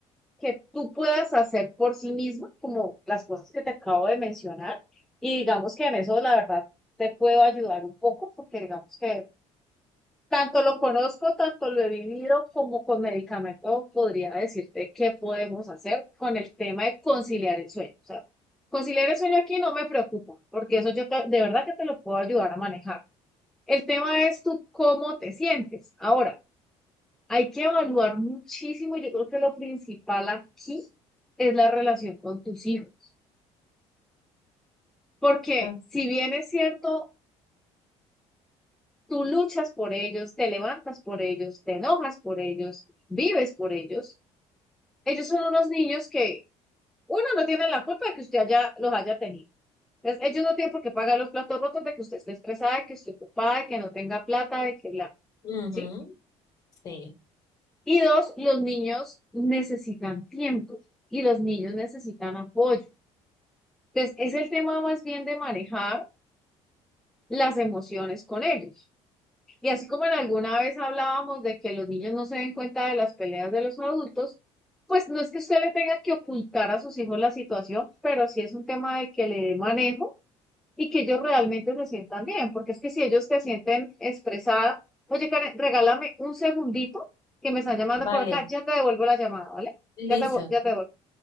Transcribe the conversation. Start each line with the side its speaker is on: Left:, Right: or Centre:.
Centre: que tú puedas hacer por sí misma, como las cosas que te acabo de mencionar. Y digamos que en eso, la verdad, te puedo ayudar un poco, porque digamos que tanto lo conozco, tanto lo he vivido, como con medicamentos podría decirte qué podemos hacer con el tema de conciliar el sueño. O sea, conciliar el sueño aquí no me preocupa, porque eso yo te- de verdad que te lo puedo ayudar a manejar. El tema es tú cómo te sientes. Ahora, hay que evaluar muchísimo. Yo creo que lo principal aquí es la relación con tus hijos, porque
Left: Ok.
Centre: si bien es cierto, tú luchas por ellos, te levantas por ellos, te enojas por ellos, vives por ellos, ellos son unos niños que uno no tiene la culpa de que usted haya, los haya tenido. Entonces, ellos no tienen por qué pagar los platos rotos de que usted esté estresada, de que esté ocupada, de que no tenga plata, de que bla,
Left: Ujú.
Centre: ¿sí?
Left: Sí,
Centre: Y dos, los niños necesitan tiempo y los niños necesitan apoyo. Entonces, es el tema más bien de manejar las emociones con ellos. Y así como en alguna vez hablábamos de que los niños no se den cuenta de las peleas de los adultos, pues no es que usted le tenga que ocultar a sus hijos la situación, pero sí es un tema de que le dé manejo y que ellos realmente se sientan bien, porque es que si ellos te sienten estresada, oye, Karen, regálame un segundito que me están llamando
Left: vale,
Centre: por acá, ya te devuelvo la llamada, ¿vale?
Left: listo.
Centre: Ya te, vu- ya te devuelvo.